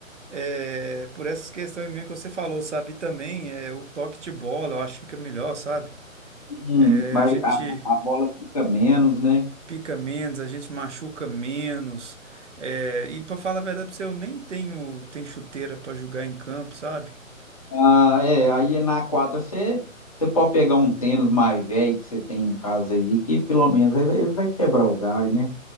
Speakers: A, on the right; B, on the left.
A: É, por essas questões mesmo que você falou, sabe? E também é, o toque de bola, eu acho que fica melhor, sabe?
B: Hum,
A: É,
B: mas
A: a gente
B: a, a bola fica menos, né?
A: pica menos, a gente machuca menos. É, e pra falar a verdade pra você, eu nem tenho, tenho chuteira pra jogar em campo, sabe?
B: Ah, é, aí na quadra você, você pode pegar um tênis mais velho que você tem em casa aí, que pelo menos ele ele vai quebrar o gás, né?